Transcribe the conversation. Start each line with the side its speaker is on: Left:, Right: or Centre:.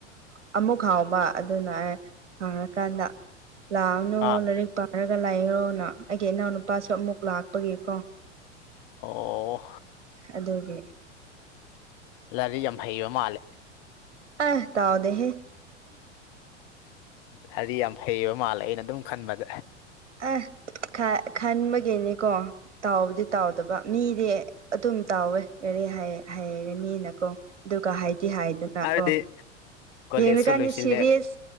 Right: ꯑꯃꯨꯛ ꯍꯥꯎꯕ ꯑꯗꯨꯅ ꯑꯩ ꯍꯔ ꯀꯥꯟꯗ ꯂꯥꯛꯑꯣꯅꯨ
Left: ꯑꯥ
Right: ꯂꯥꯏꯔꯤꯛ ꯄꯥꯔꯒ ꯂꯥꯏꯔꯣꯑꯣꯅ ꯑꯩꯒꯤ ꯏꯅꯥꯎꯅꯨꯄꯥꯁꯨ ꯑꯃꯨꯛ ꯂꯥꯛꯄꯒꯤꯀꯣ
Left: ꯑꯣ
Right: ꯑꯗꯨꯒꯤ
Left: ꯂꯔꯤ ꯌꯥꯝ ꯍꯩꯕ ꯃꯥꯜꯂꯦ
Right: ꯑꯦ ꯇꯥꯎꯗꯦꯍꯦ
Left: ꯍꯥꯔꯤ ꯌꯥꯝ ꯐꯩꯕ ꯃꯥꯜꯂꯦ ꯑꯩꯅ ꯑꯗꯨꯝ ꯈꯟꯕꯗ
Right: ꯑꯩ ꯈꯟꯕꯒꯤꯅꯦꯀꯣ ꯇꯥꯎꯕꯗꯤ ꯇꯥꯎꯗꯕ ꯃꯤꯗꯤ ꯑꯗꯨꯝ ꯇꯥꯎꯋꯦ ꯌꯥꯔꯦ ꯍꯥꯏꯔꯒ ꯃꯤꯅꯀꯣ ꯑꯗꯨꯒ ꯍꯥꯏꯗꯤ ꯍꯥꯏꯗꯅ
Left: ꯍꯥꯏꯕꯗꯤ
Right: ꯑꯣ
Left: ꯀꯣꯂꯦꯖꯁꯨ
Right: ꯌꯦꯡꯉꯀꯥꯟꯗ
Left: ꯂꯣꯏꯁꯤꯜꯂꯦ
Right: ꯁꯔꯤꯁ